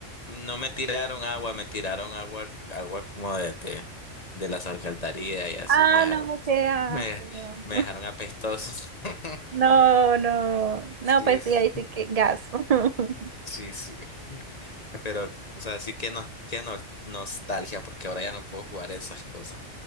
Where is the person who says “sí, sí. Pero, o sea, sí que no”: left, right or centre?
Left